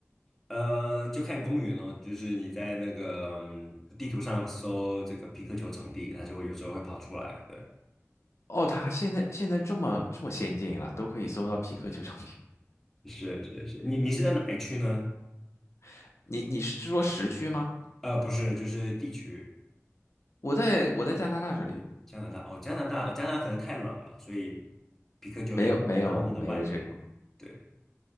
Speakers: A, in the centre; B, on the left.
A: 呃，就看公园哦，就是你在那个嗯地图上搜这个皮克球场地，它就会有时候会跑出来。对，
B: 哦，它现在现在这么这么先进了，都可以搜到匹克球场地。
A: 是是是，你你是在哪一区呢？
B: <laughs> 你你是说时区吗？
A: 呃，不是，就是地区，
B: 我在我在加拿大这里
A: 加拿大。哦，加拿大，加拿大可能太冷了，所以皮克球，
B: 没有没有没有这种，
A: 因为皮克球大部分都在外面。对，